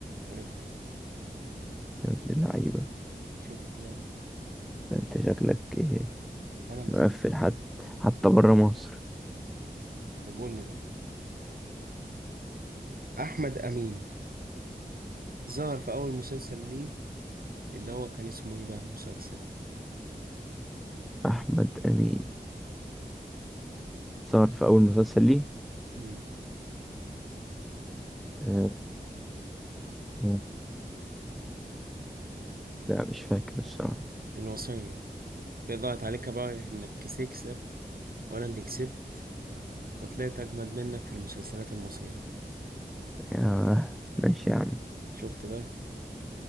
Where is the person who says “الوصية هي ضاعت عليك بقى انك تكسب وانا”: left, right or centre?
Right